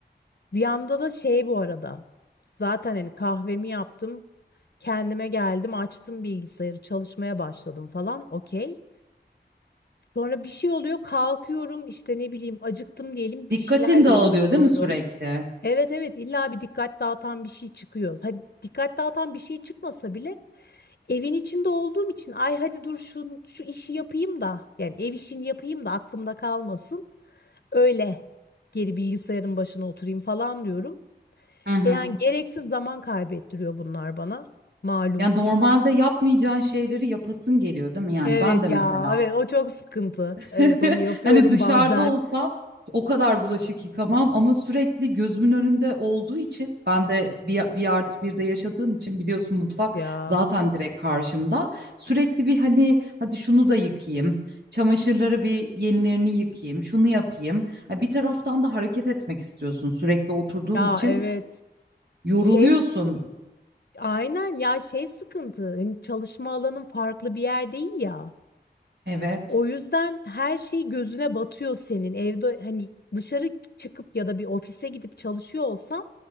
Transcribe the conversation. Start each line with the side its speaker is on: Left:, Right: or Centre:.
Left: Bir yanda da şey bu arada. Zaten hani kahvemi yaptım. Kendime geldim, açtım bilgisayarı, çalışmaya başladım falan. Okey. Sonra bir şey oluyor, kalkıyorum işte ne bileyim acıktım diyelim bir
Right: Dikkatin
Left: şeylerle
Right: dağılıyor
Left: uğraşıyorum.
Right: değil mi sürekli?
Left: Evet evet illa bir dikkat dağıtan bir şey çıkıyor. Hadi dikkat dağıtan bir şey çıkmasa bile evin içinde olduğum için ay hadi dur şu, şu işi yapayım da yani ev işini yapayım da aklımda kalmasın. Öyle geri bilgisayarın başına oturayım falan diyorum.
Right: Hı hı.
Left: Yani gereksiz zaman kaybettiriyor bunlar bana. Malum.
Right: Ya normalde yapmayacağın şeyleri yapasın geliyor değil mi? Yani
Left: Evet
Right: ben de
Left: ya,
Right: mesela
Left: evet o çok sıkıntı.
Right: <laughs>
Left: Evet onu yapıyorum
Right: hani dışarıda
Left: bazen.
Right: olsam o kadar bulaşık yıkamam ama sürekli gözümün önünde olduğu için ben de bir, bir artı bir de yaşadığım için biliyorsun mutfak
Left: Evet ya.
Right: zaten direkt karşımda. Sürekli bir hani hadi şunu da yıkayayım. Çamaşırları bir yenilerini yıkayayım, şunu yapayım. Ha, Bir taraftan da hareket etmek istiyorsun sürekli oturduğun
Left: Ya
Right: için
Left: evet.
Right: yoruluyorsun.
Left: Şey aynen ya şey sıkıntı. Hani çalışma alanın farklı bir yer değil ya.
Right: Evet.
Left: O yüzden her şey gözüne batıyor senin. Evde hani dışarı çıkıp ya da bir ofise gidip çalışıyor olsan